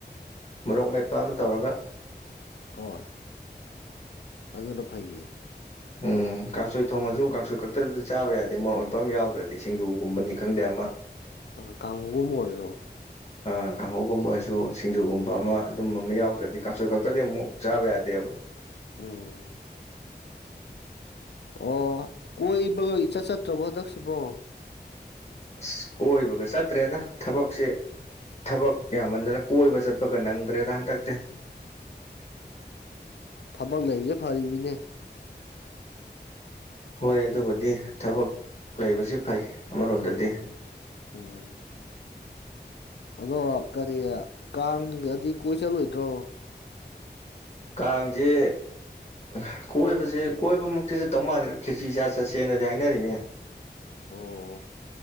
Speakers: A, on the left; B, on the left.
A: ꯃꯣꯔꯣꯛ ꯃꯦꯠꯄ ꯑꯃ ꯇꯧꯔꯒ
B: ꯍꯣꯏ ꯑꯗꯨꯅ ꯐꯩꯌꯦ
A: ꯎꯝ ꯀꯥꯡꯁꯣꯏ ꯊꯣꯡꯉꯁꯨ ꯀꯥꯡꯁꯣꯏ ꯈꯛꯇꯗꯁꯨ ꯆꯥꯕ ꯌꯥꯗꯦ ꯃꯔꯣꯛ ꯃꯦꯠꯄ ꯑꯃ ꯌꯥꯎꯗ꯭ꯔꯗꯤ ꯁꯤꯡꯖꯨꯒꯨꯝꯕꯅꯤ ꯈꯪꯗꯦ ꯑꯃ
B: ꯑ ꯀꯥꯡꯍꯧꯒꯨꯝꯕ ꯑꯣꯏꯔꯁꯨ
A: ꯑ ꯀꯥꯡꯍꯧꯒꯨꯝꯕ ꯑꯣꯏꯁꯨ ꯁꯤꯡꯖꯨꯒꯨꯝꯕ ꯑꯃ ꯑꯗꯨꯝꯕ ꯑꯃ ꯌꯥꯎꯗ꯭ꯔꯗꯤ ꯀꯥꯡꯁꯣꯏ ꯈꯛꯇꯗꯤ ꯑꯃꯨꯛ ꯆꯥꯕ ꯌꯥꯗꯦꯕ
B: ꯎꯝ ꯑꯣ ꯀꯣꯏꯕꯒ ꯏꯆꯠ ꯆꯠꯇ꯭ꯔꯕꯣ ꯍꯟꯗꯛꯁꯤꯕꯣ
A: ꯑꯁ ꯀꯣꯏꯕꯒ ꯆꯠꯇ꯭ꯔꯦꯗ ꯊꯕꯛꯁꯦ ꯊꯕꯛ ꯌꯥꯝꯃꯟꯗꯅ ꯀꯣꯏꯕ ꯆꯠꯄꯒ ꯅꯪꯗ꯭ꯔꯦꯗ ꯍꯟꯗꯛꯇꯤ
B: ꯊꯕꯛ ꯂꯩꯔꯤꯁꯦ ꯐꯔꯤꯃꯤꯅꯦ
A: ꯍꯣꯏ ꯑꯗꯨꯕꯨꯗꯤ ꯊꯕꯛ ꯂꯩꯕꯁꯤ ꯐꯩ ꯑꯃꯔꯣꯝꯗꯗꯤ
B: ꯎꯝ ꯎꯝ ꯑꯗꯣ ꯀꯔꯤ ꯀꯥꯡꯗꯗꯤ ꯀꯣꯏ ꯆꯠꯂꯣꯏꯗ꯭ꯔꯣ
A: ꯀꯥꯡꯁꯦ ꯑꯥ ꯀꯣꯏꯕꯁꯦ ꯀꯣꯏꯕꯥꯃꯛꯇꯤ ꯆꯠꯇꯧ ꯃꯥꯟꯗ꯭ꯔꯦ ꯈꯦꯆꯤ ꯆꯥ ꯆꯠꯁꯦꯅꯗꯤ ꯍꯥꯏꯅꯔꯤꯅꯦ
B: ꯑꯣ